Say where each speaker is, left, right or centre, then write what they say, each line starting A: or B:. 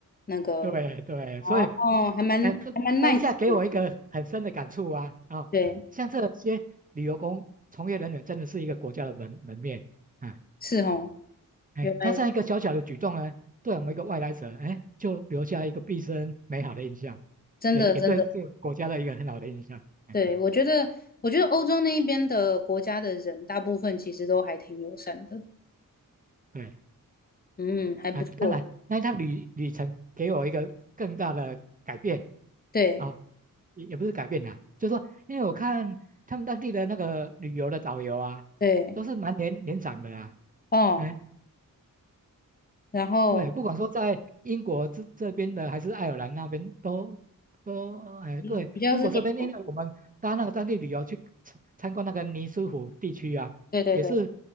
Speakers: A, on the left; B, on the right.
A: 那个，
B: 对对，所以，
A: 哦，还蛮还蛮
B: 哎，当当下给我一个很深的感触啊啊、
A: nice 的，
B: 哦，
A: 对。
B: 像这些旅游工从业人员真的是一个国家的门门面啊，
A: 是哦，
B: 哎，
A: 原来
B: 他这样一个小小的举动呢，对我们一个外来者，哎，就留下一个毕生美好的印象，
A: 真的真的，
B: 也也对这个国家的一个很好的印象。哎，
A: 对，我觉得，我觉得欧洲那一边的国家的人，大部分其实都还挺友善的，
B: 对。
A: 嗯，还不错，
B: 啊，当然那一趟旅旅程给我一个更大的改变，
A: 对
B: 哦，也也不是改变啦，就是说，因为我看他们当地的那个旅游的导游啊，
A: 对，
B: 都是蛮年年长的啊，
A: 哦，
B: 哎，
A: 然后
B: 对，不管说在英国这这边的还是爱尔兰那边都。都哎，
A: 比比较是年长的，
B: 对，英国这边，因为我们搭那个当地旅游去参参观那个尼斯湖地区啊，
A: 对对对，
B: 也也是